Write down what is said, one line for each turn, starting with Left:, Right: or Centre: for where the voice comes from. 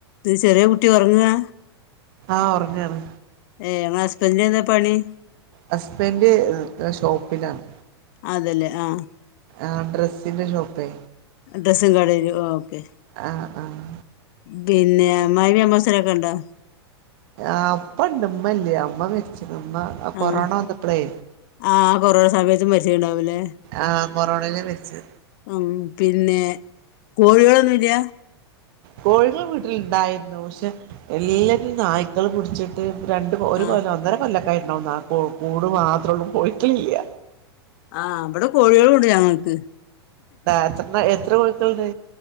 Left: ഇത് ചെറ്യേ കുട്ടി ഒറങ്ങാ?
Right: ആഹ് ഒർങ്ങാണ്.
Left: ഏഹ് ഇങ്ങളെ ഹസ്ബെന്റിനെന്താ പണി?
Right: ഹസ്ബൻഡ് നിക്ക്ണ ഷോപ്പിലാണ്.
Left: അതെ ല്ലെ ആഹ്.
Right: ആഹ് ഡ്രെസ്സിന്റെ ഷോപ്പേ.
Left: ഡ്രെസ്സും കടേല് ഓക്കെ
Right: ആഹ് ആഹ്
Left: ബിന്നെ അമ്മായിമ്മീം അമ്മോസനൊക്കെ ഇണ്ടോ?
Right: ആഹ് ഇപ്പണ്ട് ഇമ്മല്യാ ഇമ്മ മരിച്ചിക്കിണ് ഇമ്മ
Left: ആഹ്
Right: കൊറോണ വന്നപ്പളേ.
Left: ആഹ് കൊറോണ സമയത്ത് മരിച്ചിട്ടുണ്ടാവുലെ.
Right: ആഹ് കൊറോണയിലാ മരിച്ചത്
Left: ഉം പിന്നെ കോഴികളൊന്നുല്ല.
Right: കോഴികള് വീട്ടില്ണ്ടായിരുന്നു പക്ഷെ എല്ലാറ്റിനെ നായ്ക്കള് പിടിച്ചി ട്ട് രണ്ട് കൊ ഒരു
Left: ആഹ്
Right: കൊല്ലം ഒന്നര കൊല്ലക്കൊയിണ്ടാവ കൂട് മാത്രോള്ളു കോയിക്കളില്ല.
Left: ആഹ് ഇബടെ കോഴേളുണ്ട് ഞങ്ങക്ക്.
Right: എത്രണ്ണ എത്രകോഴി ക്കളുണ്ട്.